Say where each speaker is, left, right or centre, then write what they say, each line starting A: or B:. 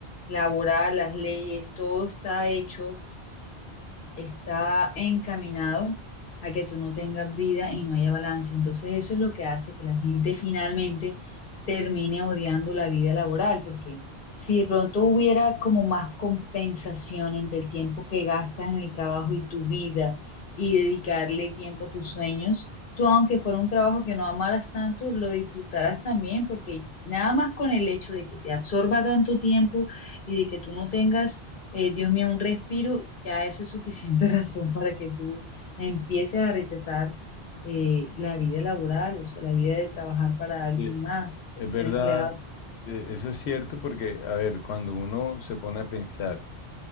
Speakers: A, on the left; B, on the left.
A: laboral, las leyes, todo está hecho está encaminado a que tú no tengas vida y no haya balance. Entonces eso es lo que hace que la gente finalmente termine odiando la vida laboral, porque si de pronto hubiera como más compensación entre el tiempo que gastas en el trabajo y tu vida y dedicarle tiempo a tus sueños, tú aunque fuera un trabajo que no amaras tanto, lo disfrutarás también, porque nada más con el hecho de que te absorba tanto tiempo y de que tú no tengas eh, Dios mío, un respiro, ya eso es suficiente <laughs> razón para que tú empieces a rechazar eh, la vida laboral, o sea, la vida de trabajar para alguien
B: Sí,
A: más,
B: es
A: ser
B: verdad,
A: empleado.
B: eh, eso es cierto porque, a ver, cuando uno se pone a pensar,